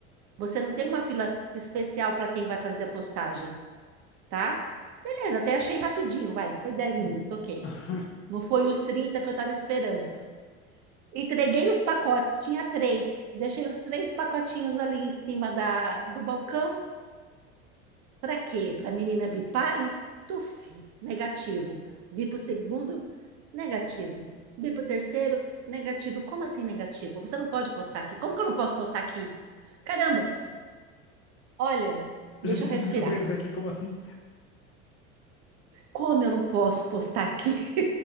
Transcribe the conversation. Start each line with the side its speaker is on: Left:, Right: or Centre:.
Right: Você não tem uma fila especial para quem vai fazer a postagem, tá? Beleza, até achei rapidinho, vai. Foi dez
Left: hum.
Right: minutos, ok.
Left: <laughs>
Right: Não foi os 30 que eu estava esperando. Entreguei os pacotes, tinha três. Deixei os três pacotinhos ali em cima da, do balcão Para quê? Para a menina bipar e tuf, negativo. Bipa o segundo, negativo. Bipa o terceiro, negativo. Como assim negativo? Você não pode postar aqui. Como que eu não posso postar aqui? Caramba, olha, deixa
Left: Eu já fiz
Right: eu respirar.
Left: isso mil vezes aqui, como assim?
Right: Como eu não posso postar aqui?